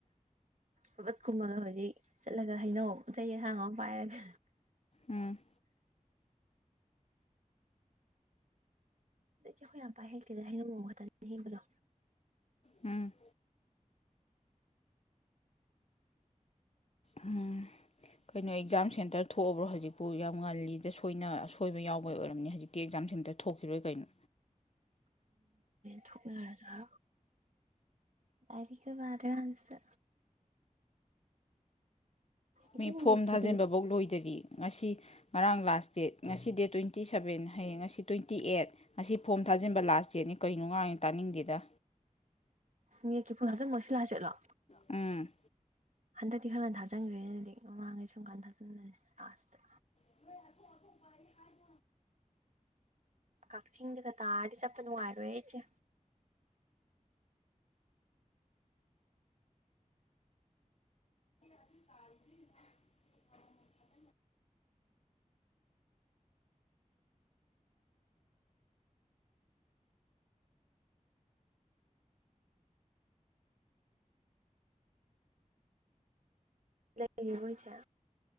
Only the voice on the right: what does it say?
ꯐꯕꯠ ꯀꯨꯝꯃꯒ ꯍꯧꯖꯤꯛ ꯆꯠꯂꯒ ꯍꯩꯅꯧ ꯆꯩ ꯑꯁꯥꯡ ꯑꯃ ꯄꯥꯏꯔꯒ
ꯑꯗꯁꯦ ꯑꯩꯈꯣꯏ ꯌꯥꯝ ꯄꯥꯏ ꯍꯦꯛꯇꯦꯅ ꯍꯅꯤꯡ ꯃꯣꯡꯡ ꯈꯛꯇꯅꯤ ꯍꯦꯟꯕꯗꯣ
ꯊꯨꯔꯖꯣ ꯑꯔꯤꯀꯕꯥꯔꯁꯨ ꯏꯆꯦ
ꯅꯦꯠꯀꯤꯗꯤ
ꯅꯦꯠꯀꯤ ꯐꫭꯝ ꯊꯥꯖꯤꯟꯕ ꯉꯁꯤ ꯂꯥꯁꯗꯦꯠꯂꯣ
ꯍꯟꯗꯛꯇꯤ ꯈꯔꯒ ꯊꯥꯖꯟꯈ꯭ꯔꯦ ꯑꯗꯨꯗꯤ ꯃꯃꯥꯡꯈꯩ ꯁꯨꯝ ꯀꯥꯟꯗ ꯊꯥꯖꯟꯂꯦ ꯂꯥꯁꯇ
ꯀꯛꯆꯤꯡꯗꯒ ꯇꯥꯔꯗꯤ ꯆꯞꯄ ꯅꯨꯡꯉꯥꯏꯔꯣꯏ ꯑꯩ ꯏꯆꯦ
ꯂꯩꯏ ꯏꯆꯦ